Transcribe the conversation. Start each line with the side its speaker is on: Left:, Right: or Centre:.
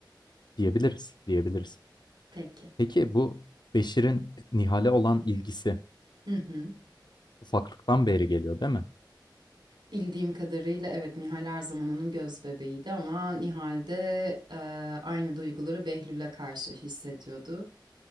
Left: Diyebiliriz, diyebiliriz.
Right: Peki.
Left: Peki bu Beşir'in Nihal'e olan ilgisi
Right: Hı hı.
Left: ufaklıktan beri geliyor, değil mi?
Right: Bildiğim kadarıyla evet Nihal her zaman onun göz bebeğiydi ama Nihal de e, aynı duyguları Behlül'e karşı hissediyordu.